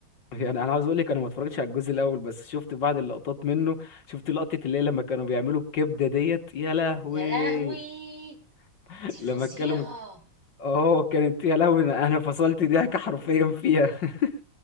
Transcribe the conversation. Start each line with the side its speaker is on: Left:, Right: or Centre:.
Left: يعني انا عاوز اقول لك انا ما اتفرجتش على الجزء الاول بس شفت بعض اللقطات منه شفت لقطه اللي هي لما كانوا بيعملوا الكبده ديت يا لهوي
Right: يا لهوي
Left: <laughs>
Right: دي
Left: لما
Right: فظيعة
Left: اتكلم اه كانت يا لهوي انا أنا فصلت ضحك حرفيا فيها <laughs>